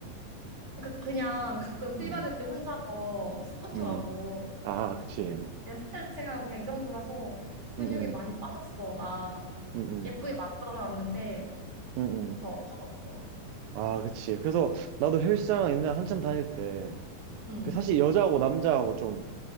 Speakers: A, on the right; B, on the right.
A: 그러니까 그냥 가끔 필
B: 음,
A: 받을 때 혼자서 스쿼트하고
B: 음. 음. 아, 그치. 음,
A: 그냥 스트레칭하고 그냥 이 정도라서 근육이
B: 음,
A: 많이 빠졌어. 나
B: 음, 음,
A: 예쁘게 만들어 놨는데
B: 음, 음.
A: 다 없어졌어.
B: 아, 그치. 그래서 나도 헬스장 옛날에 한참 다닐 때,
A: 음.
B: 그 사실 여자하고 남자하고 좀